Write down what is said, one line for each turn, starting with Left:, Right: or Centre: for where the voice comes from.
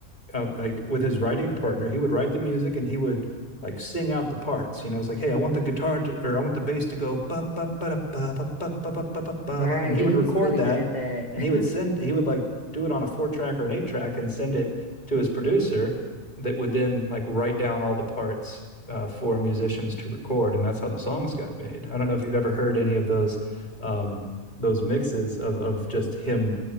Left: uh, like with his writing partner, he would write the music and he would like sing out the parts. You know, it's like, hey, I want the guitar to, or I want the bass to go ba ba ba ba ba ba ba ba ba ba ba
Right: Right.
Left: ba, and he
Right: Yeah,
Left: would
Right: he was
Left: record
Right: really
Left: that,
Right: good at that.
Left: and he would send,
Right: <laughs>
Left: he would like do it on a four track or an eight track and send it to his producer that would then like write down all the parts. Uh, for musicians to record, and that's how the songs got made. I don't know if you've ever heard any of those um, those mixes of of just him